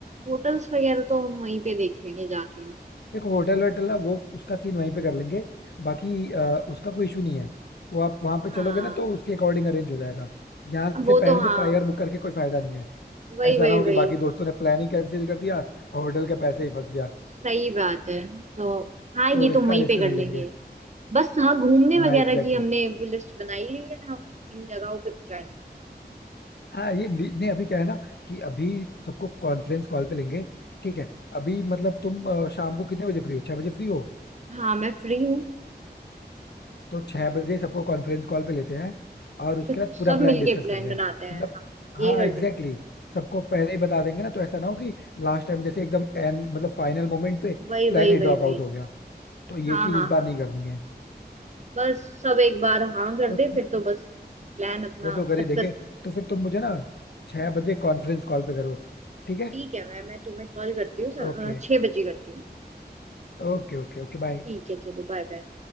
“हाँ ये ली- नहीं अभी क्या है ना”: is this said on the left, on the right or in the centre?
Left